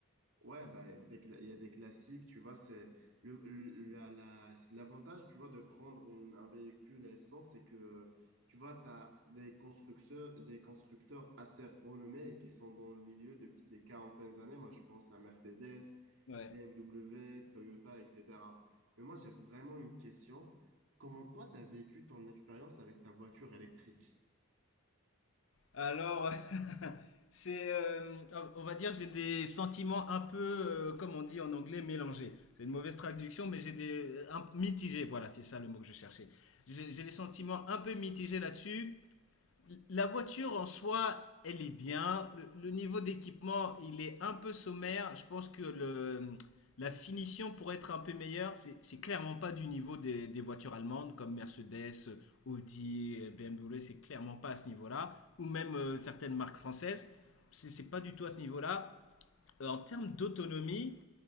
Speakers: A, on the right (about 70°); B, on the left (about 65°).
A: Ouais, ben, des cla- il y a des classiques, tu vois, c'est le, le- la, la- l'avantage, tu vois, de prendre une- un véhicule à essence, c'est que, tu vois, tu as des constructeurs, des constructeurs assez renommés et qui sont dans le milieu depuis des quarantaines d'années. Moi, je pense à Mercedes,
B: Ouais.
A: BMW, Toyota, etc. Mais moi, j'ai vraiment une question. Comment toi, tu as vécu ton expérience avec ta voiture électrique?
B: Alors, <laughs> c'est, euh, on va dire, j'ai des sentiments un peu, euh, comme on dit en anglais, mélangés. C'est une mauvaise traduction, mais j'ai des un- mitigés. Voilà, c'est ça le mot que je cherchais. J'ai j'ai des sentiments un peu mitigés là-dessus. La voiture en soi, elle est bien. Le, le niveau d'équipement, il est un peu sommaire. Je pense que le, la finition pourrait être un peu meilleure. C'est, c'est clairement pas du niveau des, des voitures allemandes comme Mercedes, Audi, BMW. C'est clairement pas à ce niveau-là. Ou même euh, certaines marques françaises. C'est, c'est pas du tout à ce niveau-là. Euh, en termes d'autonomie,